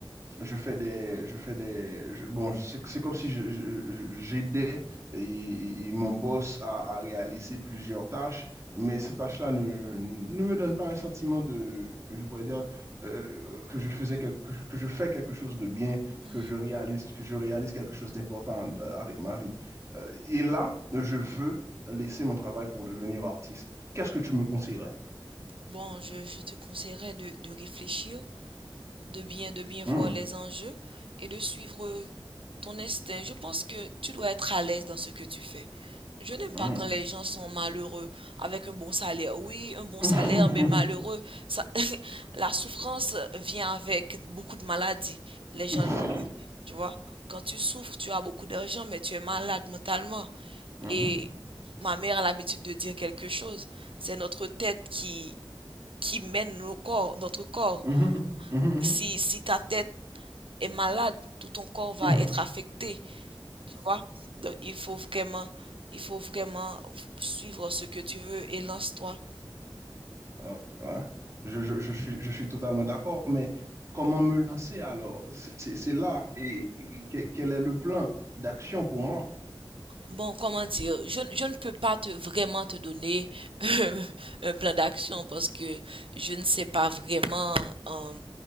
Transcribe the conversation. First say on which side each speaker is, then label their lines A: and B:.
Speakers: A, on the right; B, on the right.
A: je fais des, je fais des, je- bon, c'est c'est comme si je- je- je- j'aidais et- et- et mon boss à, à réaliser plusieurs tâches, mais ces tâches-là ne, ne me donnent pas un sentiment de, je pourrais dire, euh, que je faisais quelque, que je que je fais quelque chose de bien,
B: Mhm.
A: que je réalise, que je réalise quelque chose d'important euh, avec ma vie. Euh, Et là, je veux laisser mon travail pour devenir artiste. Qu'est-ce que tu me conseillerais?
B: Bon, je, je te conseillerais de, de réfléchir de bien de bien
A: Hmm,
B: voir les enjeux et de suivre ton instinct. Je pense que tu dois être à l'aise dans ce que tu fais. Je n'aime
A: hmm.
B: pas quand les gens sont malheureux avec un bon salaire. Oui, un bon
A: <laughs>
B: salaire, mais malheureux. Ça, <laughs> la souffrance vient avec beaucoup de maladies. Les gens
A: Mhm,
B: l'oublient. Tu vois, quand tu souffres, tu as beaucoup d'argent, mais tu es malade mentalement.
A: mhm,
B: Et ma mère a l'habitude de dire quelque chose. C'est notre tête qui, qui mène nos corps, notre corps.
A: mhm, mhm, mhm, mhm.
B: Si,
A: <laughs>
B: si ta tête est malade, tout ton corps va
A: <laughs>
B: être affecté, tu vois. Donc, il faut vraiment, il faut vraiment suivre ce que tu veux et lance-toi.
A: Euh, ouais. Je, je, je suis, je suis totalement d'accord, mais comment me lancer alors? C'est c'est- c'est là. Et, et que- quel est le plan d'action pour moi?
B: Bon, comment dire, je, je ne peux pas te vraiment te donner <laughs> un plan d'action parce que je ne sais pas vraiment euh,